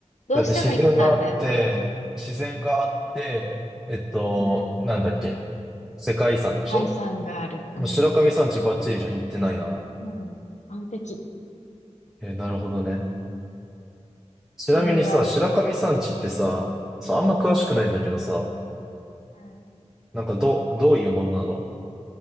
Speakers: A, on the left; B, in the centre.
A: どうしても行きたい、
B: だって自然があって、
A: 早く。
B: 自然があって、えっと、
A: うん。
B: なんだっけ世界遺産でしょ
A: 世界遺産がある。
B: もう白神山地バッチリじゃん、
A: うん。
B: 行ってないなら。
A: うん。完璧。
B: えーなるほどね。ちなみにさ、
A: 何がいい。
B: 白神山地ってさ、
A: うん。
B: そう、あんま詳しくないんだけどさ、
A: う
B: なんかど、どういうものなの